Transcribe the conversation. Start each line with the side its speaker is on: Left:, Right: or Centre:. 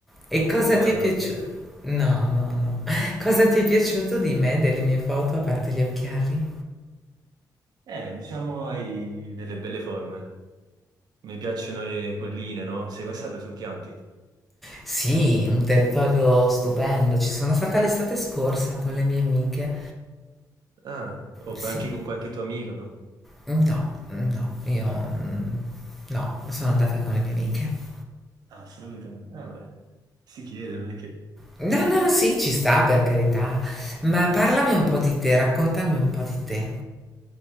Centre: e cosa
Right: non me
Centre: ti
Right: la
Centre: è
Right: volevo
Centre: piaciuto?
Right: perdere.
Centre: No, no, no. Cosa ti è piaciuto di me, delle mie foto, a parte gli occhiali?
Right: Eh, diciamo hai delle belle forme. Mi piacciono le colline, no? Sei mai stato sul Chianti?
Centre: Sì, un territorio stupendo. Ci sono stata l'estate scorsa con le mie amiche.
Right: Ah, o
Centre: Sì,
Right: qua- anche con qualche tuo amico?
Centre: no, no, io mm, no, sono andata con le mie amiche.
Right: Ah, solo con i tuoi amici. Ah, beh, si chiede, non è che...
Centre: No, no, sì, ci sta per carità, ma parlami un po' di te, raccontami un po' di te.